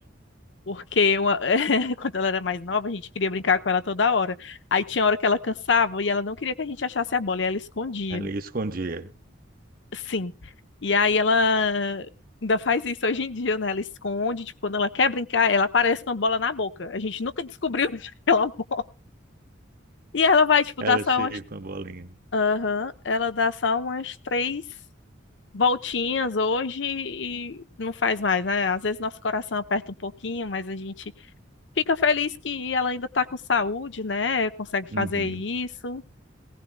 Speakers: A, on the left; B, on the right.
A: Porque uma- <laughs> quando ela era mais nova, a gente queria brincar com ela toda hora. Aí tinha hora que ela cansava e ela não queria que a gente achasse a bola, e ela escondia.
B: Ela escondia.
A: Sim. E aí ela ainda faz isso hoje em dia, né? Ela esconde, tipo, quando ela quer brincar, ela aparece com a bola na boca. A gente nunca descobriu onde <laughs> ela bola. E ela vai, tipo,
B: Ela
A: dar só
B: chega
A: umas.
B: com a bolinha.
A: Aham. Ela dá só umas três voltinhas hoje e não faz mais, né? Às vezes nosso coração aperta um pouquinho, mas a gente fica feliz que ela ainda tá com saúde, né? Consegue fazer
B: Uhum,
A: isso.